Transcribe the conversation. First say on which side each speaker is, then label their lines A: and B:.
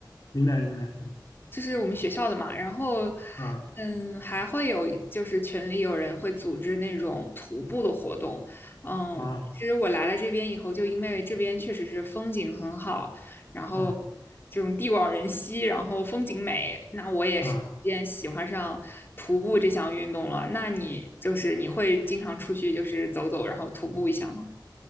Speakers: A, on the left; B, on the left.
A: 明白明白，嗯
B: 就是我们学校的嘛，然后，
A: 啊
B: 嗯，还会有就是群里有人会组织那种徒步的活动，嗯，
A: 啊
B: 其实我来了这边以后，就因为这边确实是风景很好，然后
A: 啊
B: 这种地广人稀，然后风景美，那我也是逐渐喜欢上徒步这项运动了。
A: 啊。
B: 那你就是你会经常出去就是走走，然后徒步一下吗？